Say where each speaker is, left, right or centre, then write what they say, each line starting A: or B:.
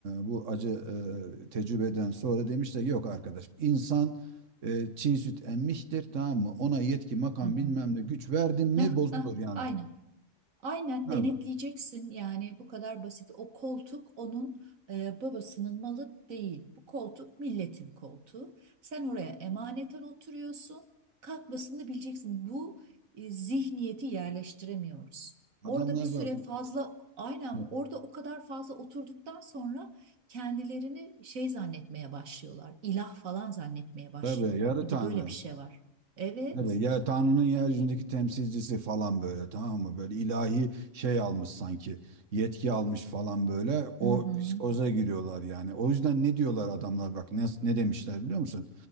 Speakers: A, on the right; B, on the right.
A: bu acı e, tecrübeden sonra demişler ki, yok arkadaş insan e, çiğ süt emmiştir tamam mı? Ona yetki makam
B: Hı hı.
A: bilmem ne güç verdin mi
B: Heh,
A: bozulur
B: heh,
A: yani.
B: aynen. Aynen
A: Tamam
B: denetleyeceksin
A: mı?
B: yani bu kadar basit. O koltuk onun e, babasının malı değil. Bu koltuk milletin koltuğu. Sen oraya emaneten oturuyorsun. Kalkmasını bileceksin. Bu e, zihniyeti yerleştiremiyoruz.
A: Adamlar
B: Orada bir süre
A: bakın.
B: fazla aynen
A: E,
B: orada o kadar fazla oturduktan sonra kendilerini şey zannetmeye başlıyorlar. İlah falan zannetmeye başlıyorlar.
A: tabii yarı
B: Bir
A: tanrı.
B: de böyle bir şey var. Evet.
A: Tabii ya Tanrı'nın yeryüzündeki temsilcisi falan böyle tamam mı? Böyle ilahi şey almış sanki. Yetki almış falan böyle. O
B: Hı hı.
A: psikoza giriyorlar yani. O yüzden ne diyorlar adamlar bak ne, ne demişler biliyor musun?